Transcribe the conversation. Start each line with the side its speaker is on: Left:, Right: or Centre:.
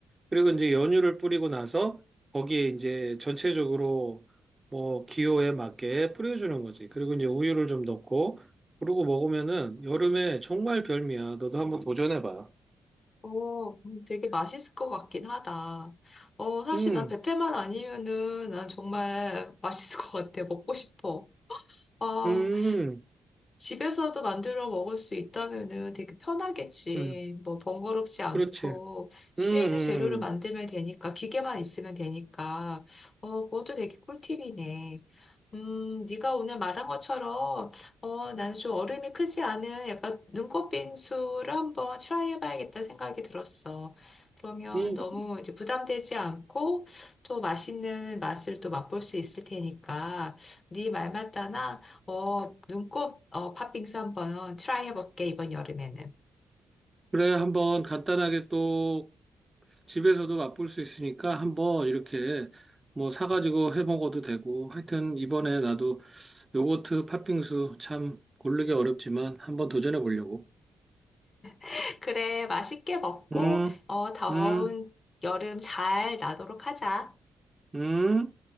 Right: 그리고 이제 연유를 뿌리고 나서 거기에 이제 전체적으로 뭐 기호에 맞게 뿌려주는 거지. 그리고 이제 우유를 좀 넣고, 그러고 먹으면은 여름에 정말 별미야. 너도 한번 도전해봐.
Left: 어, 음, 되게 맛있을 것 같긴 하다. 어, 사실
Right: 음,
Left: 난 베테만 아니면은 난 정말 맛있을 것 같아. 먹고 싶어. 아,
Right: 음,
Left: 집에서도 만들어 먹을 수 있다면은 되게 편하겠지.
Right: 음,
Left: 뭐 번거롭지 않고
Right: 그렇지.
Left: 집에
Right: 음, 음,
Left: 있는 재료를 만들면 되니까 기계만 있으면 되니까 어 그것도 되게 꿀팁이네. 음, 네가 오늘 말한 것처럼 어 나는 좀 얼음이 크지 않은 약간 눈꽃 빙수를 한번 트라이 해봐야겠다 생각이 들었어. 그러면
Right: 음.
Left: 너무 이제 부담되지 않고 또 맛있는 맛을 또 맛볼 수 있을 테니까 네 말 맞다나 어, 눈곱, 어, 팥빙수 한번 트라이 해볼게, 이번 여름에는.
Right: 그래, 한번 간단하게 또 집에서도 맛볼 수 있으니까 한번 이렇게 뭐 사가지고 해 먹어도 되고 하여튼 이번에 나도 요거트 팥빙수 참 고르기 어렵지만 한번 도전해 보려고.
Left: <laughs> 그래, 맛있게 먹고,
Right: 음,
Left: 어, 더운
Right: 음,
Left: 여름 잘 나도록 하자.
Right: 음.